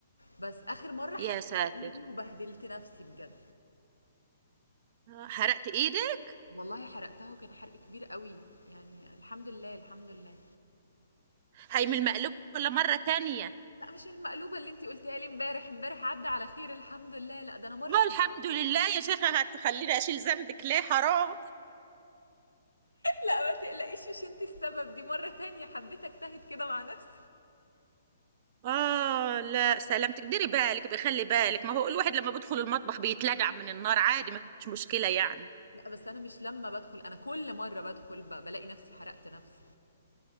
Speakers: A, on the left; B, on the right.
A: بس اخر مره حرقت
B: يا ساتر
A: ايدي وبهدلت نفسي بجد
B: آه، حرقت ايدك
A: والله حرقتها وكان حرق كبير قوي يعني الحمد لله الحمد لله
B: هي من المقلوب ولا مره تانية
A: لا مش المقلوبه اللي انتي قلتيها لي امبارح امبارح عدى على خير الحمد لله لا ده انا مره
B: والله
A: كنت
B: الحمد لله يا شيخة هتخليني اشيل ذنبك ليه حرام
A: لا ما تقلقيش مش انتي السبب دي مره تانية حبيت اجتهد كده مع نفسي
B: آه لا سلامتك ديري بالك بخلي بالك ما هو الواحد لما بيدخل المطبخ بيتلدع من النار عادي مش مشكلة يعني
A: لا بس انا مش لما بدخل انا كل مره بدخل ب- بلاقي نفسي حرقت نفسي